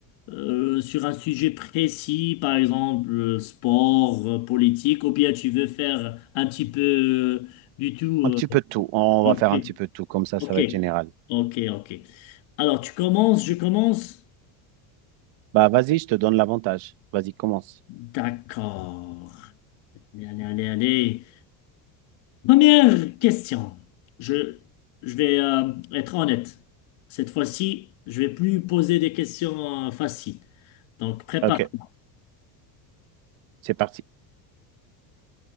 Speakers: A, on the left; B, on the right.
A: euh, sur un sujet précis, par exemple euh, sport, euh, politique, ou bien tu veux faire un petit peu euh, du tout. euh,
B: Un petit peu de tout. On va
A: ok,
B: faire un petit peu de tout. Comme ça, ça
A: ok,
B: va être général.
A: ok, ok. Alors tu commences, je commence.
B: Bah, vas-y, je te donne l'avantage. Vas-y, commence.
A: D'accord. Allez, allez, allez. Première question. Je, je vais euh, être honnête. Cette fois-ci, je vais plus poser des questions euh, faciles. Donc, prépare-toi.
B: Ok, c'est parti.